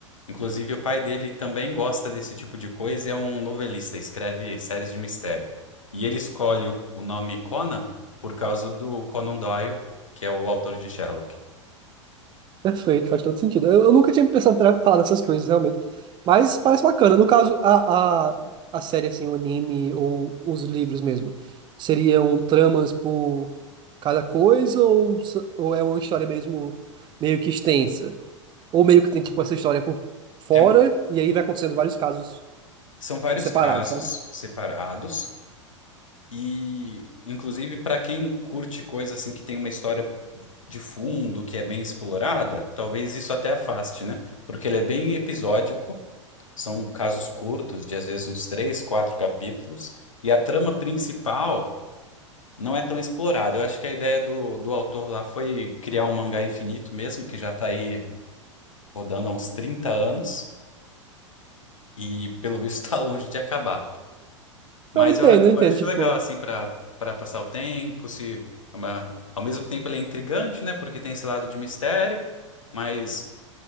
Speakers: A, on the left (about 80°); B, on the right (about 30°).
A: Inclusive, o pai dele também gosta desse tipo de coisa e é um novelista, escreve séries de mistério. E ele escolhe o, o nome Conan por causa do Conan Doyle, que é o autor de Sherlock.
B: Perfeito, faz todo sentido. Eu, eu nunca tinha pensado pra falar dessas coisas, realmente. Mas parece bacana. No caso, a, a, a série, assim, o anime ou os livros mesmo, seriam tramas por cada coisa ou, s- ou é uma história mesmo meio que extensa? Ou meio que tem, tipo, essa história por fora
A: É
B: e aí vai acontecendo vários casos
A: São vários
B: separados,
A: casos
B: sabe?
A: separados e, inclusive, para quem curte coisa assim que tem uma história de fundo, que é bem explorada, talvez isso até afaste, né? Porque ele é bem episódico, são casos curtos, de às vezes uns três, quatro capítulos, e a trama principal não é tão explorada. Eu acho que a ideia do, do autor lá foi criar um mangá infinito mesmo, que já está aí rodando há uns 30 anos, e pelo visto <laughs> está longe de acabar. Mas
B: Não, eu entendo,
A: eu, a- eu
B: eu entendo,
A: acho
B: tipo,
A: legal, assim, para para passar o tempo, se é uma- ao mesmo tempo ele é intrigante, né? Porque tem esse lado de mistério, mas